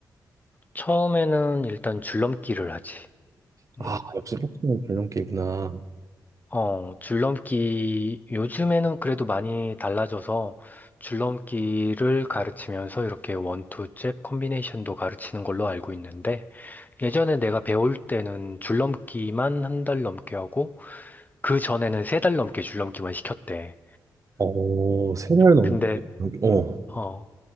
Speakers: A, on the left; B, on the right.
A: 처음에는 일단 줄넘기를 하지.
B: 아,
A: 음.
B: 역시 복싱은 줄넘기구나.
A: 어, 줄넘기, 요즘에는 그래도 많이 달라져서 줄넘기를 가르치면서 이렇게 원투 잽 콤비네이션도 가르치는 걸로 알고 있는데 예전에 내가 배울 때는 줄넘기만 한 달 넘게 하고 그 전에는 세 달 넘게 줄넘기만 시켰대.
B: 어, 세 달 넘게.
A: 근데,
B: 어,
A: 어,